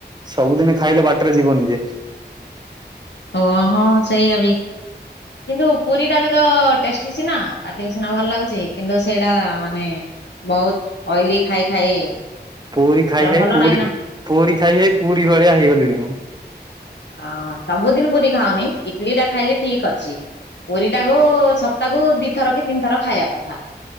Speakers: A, on the right; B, on the left.
A: ସବୁଦିନେ ଖାଇଲେ ବାଟରେ ଯିବନି ଯେ
B: ଓ ହଁ ସେଇଆ ବି। କିନ୍ତୁ ପୁରୀଟା ବି ତ ଟେଷ୍ଟି ସିନା, ପାଟିକୁ ସିନା ଭଲ ଲାଗୁ ଛି, କିନ୍ତୁ ସେଇଟା ମାନେ ବହୁତ ଅଏଲି ଖାଇ ଖାଇ
A: ପୁରୀ ଖାଇ
B: ସେଟା
A: ଖାଇ
B: ଭଲ
A: ପୁରୀ
B: ନାହିଁ ନା
A: ପୁରୀ ଖାଇ ଖାଇ ପୁରୀ ଭଳିଆ ହେଇଗଲିଣି ମୁଁ।
B: ହଁ ସବୁଦିନ ପୁରୀ ଖାଅନି, ଇଟଲିି ଟା ଖାଇଲେ ଠିକ ଅଛି ପୁରୀଟାକୁ ସପ୍ତାହକୁ ଦିଥର କି ତିନି ଥର ଖାଇବା କଥା।